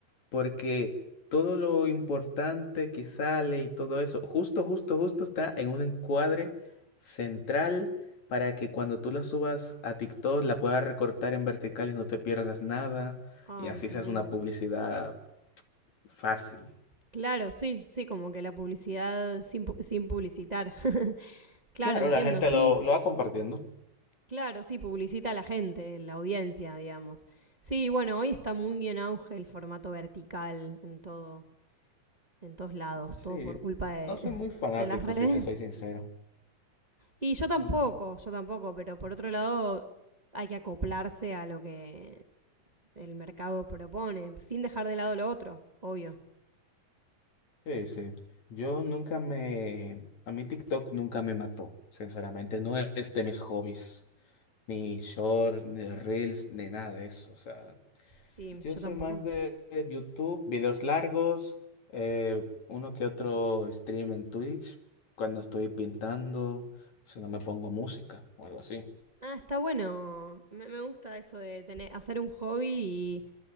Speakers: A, on the left; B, on the right.
A: porque todo lo importante que sale y todo eso, justo, justo, justo está en un encuadre central para que cuando tú la subas a TikTok la puedas recortar en vertical y no te pierdas nada,
B: Ay,
A: y así
B: tremendo.
A: seas una publicidad fácil.
B: Claro, sí, sí, como que la publicidad sin, pu- sin publicitar. <laughs> Claro,
A: Claro,
B: entiendo,
A: la gente
B: sí.
A: lo, lo va compartiendo.
B: Claro, sí, publicita a la gente, la audiencia, digamos. Sí, bueno, hoy está muy en auge el formato vertical en todo, en todos lados,
A: Sí,
B: todo por culpa de,
A: no soy muy fanático,
B: <laughs> de las redes.
A: si te soy sincero.
B: Y yo tampoco,
A: No,
B: yo tampoco, pero por otro lado hay que acoplarse a lo que el mercado propone, sin dejar de lado lo otro, obvio.
A: Sí, sí. Yo nunca me... A mí TikTok nunca me mató, sinceramente. No es de mis hobbies. Ni short, ni reels, ni nada de eso. O sea,
B: Sí,
A: yo
B: yo
A: soy
B: tampoco.
A: más de de YouTube, videos largos, eh, uno que otro stream en Twitch, cuando estoy pintando, si no me pongo música o algo así.
B: Ah, está bueno. Me, me gusta eso de tener, hacer un hobby y,